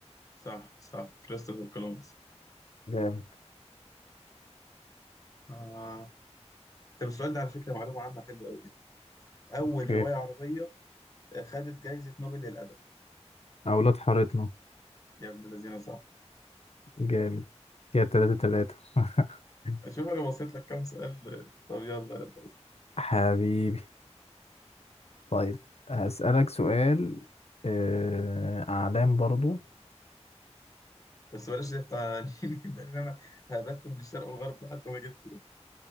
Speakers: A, on the left; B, on the left.
A: صح صح كريستوفر كولومبس
B: جامد
A: آه. طب السؤال ده على فكرة معلومة عامة حلوة أوي يعني. أول
B: اوكي
A: رواية عربية آه، خدت جايزة نوبل للأدب
B: اولاد حارتنا
A: يا ابن الذين صح
B: جامد كده تلاتة تلاتة <laughs>
A: شوف أنا بصيت لك كام سؤال آه، طب يلا يلا
B: حبيبي طيب هسألك سؤال آه، أعلام برضو
A: بس بلاش ده بتاع <laughs> يبان إن أنا هبت من الشرق والغرب لحد ما جبت ده